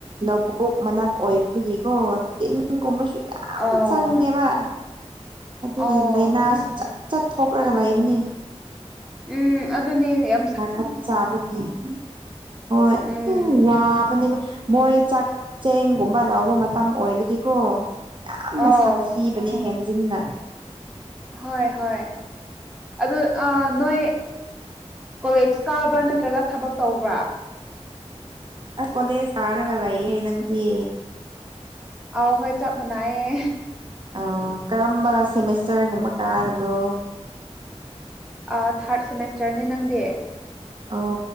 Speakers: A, on the right (about 45°); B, in the centre.
A: ꯂꯧꯕꯨꯛ ꯃꯅꯥꯛ ꯑꯣꯏꯕꯒꯤꯀꯣ ꯇꯤꯟ ꯏꯟꯒꯨꯝꯕꯁꯨ ꯌꯥꯝ
B: ꯑꯣ
A: ꯆꯪꯉꯦꯕ ꯑꯗꯨꯒꯤ
B: ꯑꯣ
A: ꯂꯩꯅꯥꯁꯨ
B: ꯑꯁ
A: ꯆ ꯆꯠꯊꯣꯛꯔꯒ ꯂꯩꯕꯅꯦ
B: ꯎꯝ ꯑꯗꯨꯅꯤ ꯍꯌꯦꯞ
A: ꯍꯥꯔꯀꯞ ꯆꯥꯕꯒꯤ ꯍꯣꯏ
B: ꯎꯝ
A: ꯋꯥꯕꯅꯦꯕ ꯃꯣꯏ ꯆꯥꯛ ꯆꯦꯡꯒꯨꯝꯕ ꯂꯧꯕ ꯃꯇꯝ ꯑꯣꯏꯔꯗꯤꯀꯣ ꯌꯥꯝꯅ
B: ꯑꯥꯎ
A: ꯁꯥꯊꯤ ꯕꯅꯦ ꯍꯦꯟꯖꯤꯟꯅ
B: ꯍꯣꯏ ꯍꯣꯏ ꯑꯗꯨ ꯑꯥ ꯅꯣꯏ ꯀꯣꯂꯦꯖ ꯀꯥꯕ꯭ꯔꯥ ꯅꯠꯇ꯭ꯔꯒ ꯊꯕꯛ ꯇꯧꯕ꯭ꯔꯥ
A: ꯑꯩ ꯀꯣꯂꯦꯖ ꯀꯥꯔꯒ ꯂꯩꯌꯦ ꯅꯪꯗꯤ
B: ꯑꯥꯎ ꯍꯣꯏ ꯆꯥꯞ ꯃꯥꯟꯅꯩꯌꯦ
A: ꯑꯧ ꯀꯔꯝꯕ ꯁꯦꯃꯤꯁꯇꯔꯒꯨꯝꯕ ꯀꯥꯔꯕ꯭ꯔꯣ
B: ꯑꯥ ꯊꯥꯔꯠ ꯁꯦꯃꯤꯁꯇꯔꯅꯦ ꯅꯪꯗꯤ
A: ꯑꯣ